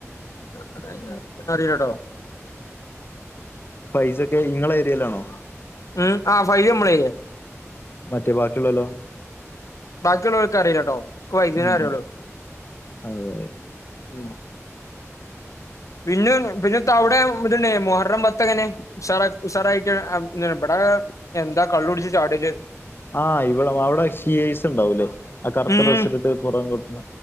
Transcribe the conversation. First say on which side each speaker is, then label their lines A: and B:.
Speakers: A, on the left; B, on the left.
A: <unintelligible> അറീലട്ടോ.
B: പൈസട്ടിയ ഇങ്ങളെ ഏരിയയിലാണോ?
A: ഉം. ആ. ഫൈ <unintelligible> മ്മളേ
B: മറ്റേ ബാക്കിയുള്ളോലോ?
A: ബാക്കിയുള്ളവർക്ക് അറിയിലട്ടോ. ക്ക്‌ വൈദ്യേരേ
B: ഉം
A: അറിയള്ളു.
B: ഉം അതെ
A: ഉം. പിന്ന് പിന്നെ ത അവിടെ ഇതുണ്ടേ മൊഹർം പത്തങ്ങനെ? ഉസാറ ഉസാറായിറ്റ് അം <unintelligible> ഇബടേ എന്താ കള്ള് കുടിച് ചാടെല്
B: ആഹ്, ഇവിടെ അവിടെ സി ഐസ് ഉണ്ടാവുല്ലേ. ആ കറുത്ത
A: ഉം
B: ഡ്രസ് ഇട്ടിട്ട് പൊറംറം കൊട്ട്ണ.